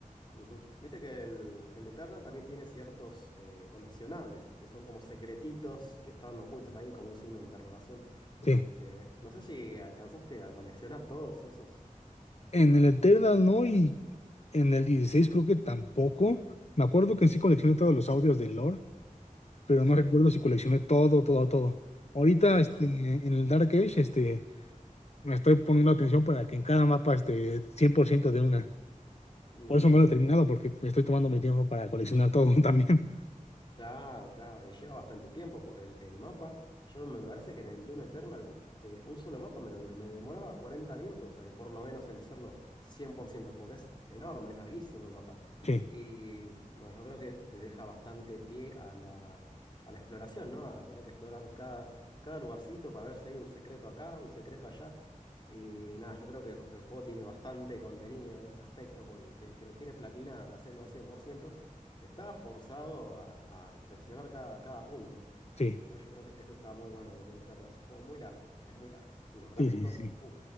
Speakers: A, on the left (about 35°); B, on the left (about 50°).
A: Ujú. Viste que el, el Eternal también tiene ciertos eh, coleccionables, que son como secretitos que están ocultos ahí, como un signo de interrogación.
B: Sí.
A: Este, no sé si alcanzaste a coleccionar todos esos.
B: En el Eternal no, y en el 16 creo que tampoco. Me acuerdo que sí coleccioné todos los audios del lore, pero
A: Sí.
B: no recuerdo si coleccioné todo, todo, todo. Ahorita,
A: Mm,
B: este, en el Dark Age, este, me estoy poniendo atención para que en cada mapa esté 100% de una.
A: ujú.
B: Por eso no lo he terminado, porque me estoy tomando mi tiempo para coleccionar todo <laughs> también.
A: Claro, claro, y lleva bastante tiempo porque el, el mapa, yo me, me parece que en el Dune Eternal eh, un solo mapa me, dur- me demoraba 40 minutos ahí, por lo menos en hacerlo 100% porque es enorme, es larguísimo el mapa.
B: Sí,
A: Y bueno, yo creo que te deja bastante pie a la, a la exploración, ¿no? A tener que explorar cada, cada lugarcito para ver si hay un secreto acá, un secreto allá. Y nada, yo creo que el el juego tiene bastante contenido en ese aspecto, porque que el que lo quiere platinar, hacerlo al 100% está forzado a, a inspeccionar cada, cada punto.
B: sí,
A: Y nada, yo creo que eso está muy bueno del Dune Eternal. Es un juego muy largo, es muy largo. Y los gráficos,
B: sí, sí, sí.
A: fu,